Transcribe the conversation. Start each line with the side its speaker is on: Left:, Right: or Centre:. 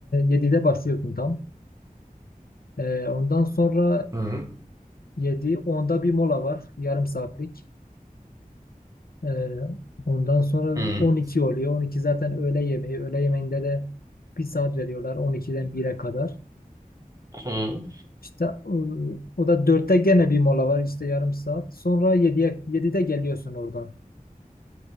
Left: 7'de başlıyorsun tam. Ee, ondan sonra
Right: Hı.
Left: 7 onda bir mola var. Yarım saatlik. Ee, ondan sonra
Right: Hı.
Left: 12 oluyor. 12 zaten öğle yemeği. Öğle yemeğinde de bir saat veriyorlar 12'den 1'e kadar.
Right: Hı.
Left: İşte ıı, o da 4'te gene bir mola var işte yarım saat. Sonra 7'ye 7'de geliyorsun oradan.